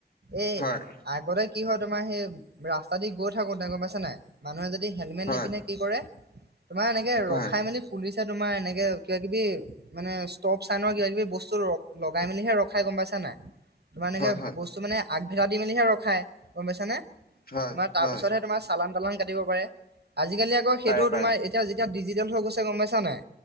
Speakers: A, on the right (about 75°); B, on the left (about 60°).
A: এই
B: হয়
A: আগতে কি হয় তোমাৰ সেই ৰাস্তা দি গৈ থাকোতে গম পাইছে নাই মানুহে যদি হেলমেট
B: হয়
A: নিপিন্ধে কি কৰে তোমাৰ এনেকে ৰখাই
B: হয়
A: মেলি পুলিছে তোমাৰ এনেকে কিবা কিবি মানে ষ্টভ চাই ন কিবা কিবি বস্তু ৰ লগাই মেলিহে ৰখাই গম পাইছা নাই? তোমাৰ এনেকে
B: হয় হয়
A: বস্তু মানে আগভেটা দি মেলিহে ৰখায় গম পাইছা নে
B: হয়
A: তোমাৰ তাৰপিছতহে
B: হয়
A: তোমাৰ চালান তালান কাটিব পাৰে। আজিকালি আকৌ সেইটো
B: পাৰে পাৰে
A: তোমাৰ এতিয়া যেতিয়া ডিজিটেল হৈ গৈছে গম পাইছা নাই